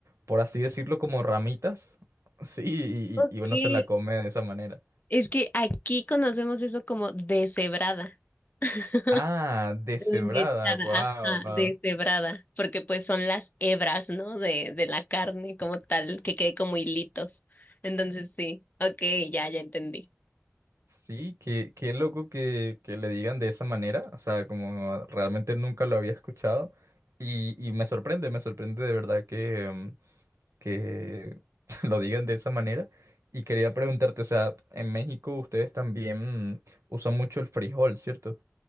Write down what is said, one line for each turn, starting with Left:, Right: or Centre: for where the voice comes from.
Right: por así decirlo, como ramitas, <laughs> ¿sí?
Left: Okay.
Right: y y- y uno se la come de esa manera.
Left: Es que aquí conocemos eso como deshebrada. <laughs>
Right: Ah, deshebrada,
Left: Limitada,
Right: wow,
Left: ajá,
Right: wow.
Left: deshebrada, porque pues son las hebras, ¿no? De, de la carne como tal, que quede como hilitos. Entonces sí, ok, ya, ya entendí.
Right: Sí, qué, qué loco que, que le digan de esa manera, o sea, como realmente nunca lo había escuchado y, y me sorprende, me sorprende de verdad que, em, que <laughs> lo digan de esa manera. Y quería preguntarte, o sea, en México ustedes también usan mucho el frijol, ¿cierto?